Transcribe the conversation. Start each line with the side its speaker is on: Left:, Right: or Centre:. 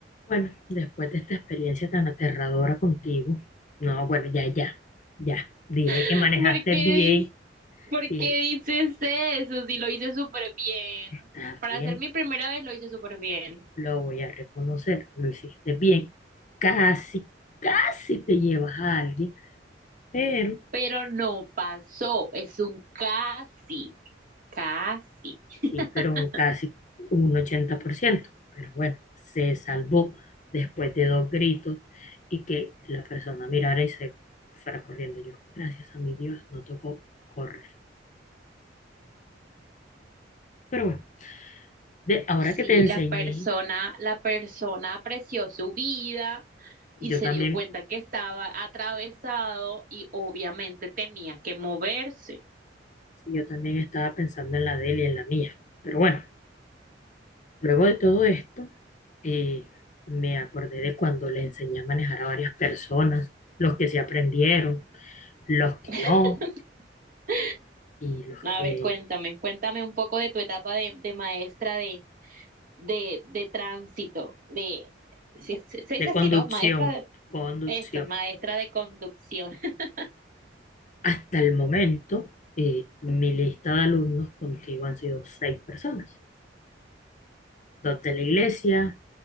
Left: Bueno, después de esta experiencia tan aterradora contigo, no, bueno, ya, ya, ya, diré que
Right: <laughs>
Left: manejaste
Right: ¿Por qué
Left: bien
Right: dices, por
Left: y
Right: qué dices eso? Si lo hice súper bien.
Left: está
Right: Para
Left: bien,
Right: ser mi primera vez lo hice súper bien.
Left: lo voy a reconocer, lo hiciste bien. Casi, casi te llevas a alguien, pero,
Right: Pero no pasó. Es un casi. Casi. <laughs>
Left: sí, pero un casi un ochenta por ciento pero bueno, se salvó después de dos gritos y que la persona mirara y se fuera corriendo yo. Gracias a mi Dios, no tocó correr. Pero bueno, de, ahora
Right: Sí,
Left: que te enseñé
Right: la persona, la persona apreció su vida y
Left: Yo
Right: se
Left: también,
Right: dio cuenta que estaba atravesado y obviamente tenía que moverse.
Left: sí, yo también estaba pensando en la de él y en la mía. Pero bueno, luego de todo esto, eh, me acordé de cuando le enseñé a manejar a varias personas, los que se aprendieron, los que
Right: <laughs>
Left: no, y los
Right: A
Left: que
Right: ver, cuéntame, cuéntame un poco de tu etapa de, de maestra de, de, de tránsito, de, se, se- se dice
Left: de
Right: así,
Left: conducción,
Right: ¿no? Maestra de,
Left: conducción.
Right: eso, maestra de conducción. <laughs>
Left: Hasta el momento, eh, mi lista de alumnos contigo han sido seis personas, dos de la iglesia,